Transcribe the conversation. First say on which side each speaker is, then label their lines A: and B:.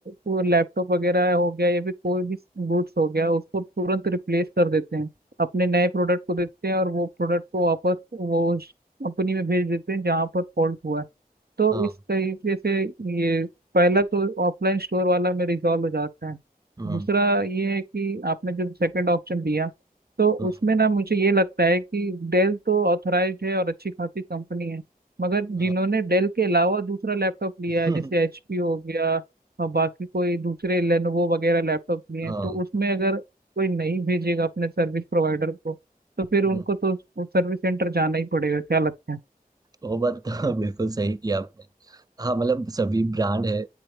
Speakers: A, on the right; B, on the right.
A: वो लैपटॉप वगैरह हो गया या फिर कोई भी गुड्स हो गया उसको तुरंत रिप्लेस कर देते हैं अपने नए प्रोडक्ट को देते हैं और वो प्रोडक्ट को वापस वो कंपनी में भेज देते हैं जहाँ पर फॉल्ट हुआ है तो
B: हाँ
A: इस तरीके से ये पहला तो ऑफलाइन स्टोर वाला में रिजॉल्व हो जाता है
B: हम्म,
A: दूसरा ये है कि आपने जो सेकंड ऑप्शन दिया तो
B: हम्म,
A: उसमें ना मुझे ये लगता है कि डेल तो ऑथराइज्ड है और अच्छी खासी कंपनी है मगर
B: हाँ
A: जिन्होंने डेल के अलावा दूसरा लैपटॉप लिया
B: <laughs>
A: है जैसे एचपी हो गया और बाकी कोई दूसरे लेनोवो वगैरह लैपटॉप लिए
B: हाँ,
A: हैं तो उसमें अगर कोई नहीं भेजेगा अपने सर्विस प्रोवाइडर को तो फिर उनको
B: हम्म,
A: तो सर्विस सेंटर जाना ही पड़ेगा क्या लगता है
B: वो बात तो <laughs> बिल्कुल सही किया आपने हाँ मतलब सभी ब्रांड है